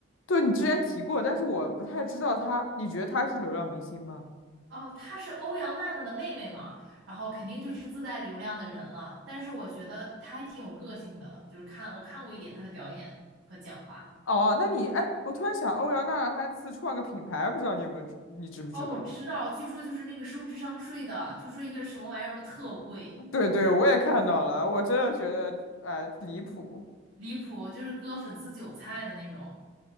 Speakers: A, on the left; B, on the right.
A: 对，你之前提过，但是我不太知道他，你觉得他是流量明星吗？
B: 哦，她是欧阳娜娜的妹妹嘛，然后肯定就是自带流量的人了。但是我觉得她还挺有个性的，就是看我看过一点她的表演和讲话。
A: 哦，那你，哎，我突然想，欧阳娜娜她自创个品牌，不知道你有没有知，你知不知道？
B: 哦，我知道，据说就是那个收智商税的，据说一个什么玩意儿都特贵，
A: 对对，我也看到了，我真的觉得哎、呃离谱。
B: 离谱，就是割粉丝韭菜的那种。